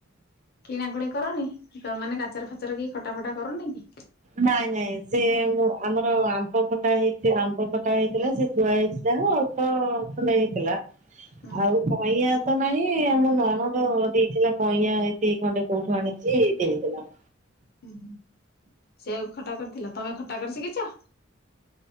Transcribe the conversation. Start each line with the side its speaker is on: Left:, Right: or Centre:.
Left: କିଣା କୁଣି କରନି ତମ୍ ମାନେ ଗାଚର ଫାଚର କି ଖଟା ଫଟା କରନି କି?
Right: ନାଇଁ ନାଇଁ ସେ ମୁଁ ଆମର ଆମ୍ବ ଖଟା ହେଇ ଆମ୍ବ ଖଟା ହେଇଥିଲା ସେ ଥୁଆ ହେଇଚି ଯାହ ପ ଖଣ୍ଡେ ହେଇଥିଲା
Left: ଉଁ
Right: ଆଉ କଇଁଆ ତ ନାହିଁ ଆମ ନଣଦ ଦେଇଥିଲା କଇଁଆଁ ଏତିକି ଖଣ୍ଡେ କୋଉଠୁ ଆଣିଚି ଦେଇଥିଲା।
Left: ଉୁଁ ହୁଁ ସେୟା ଖଟା କରିଥିଲା ତମେ ଖଟା କରି ଶିଖିଛ?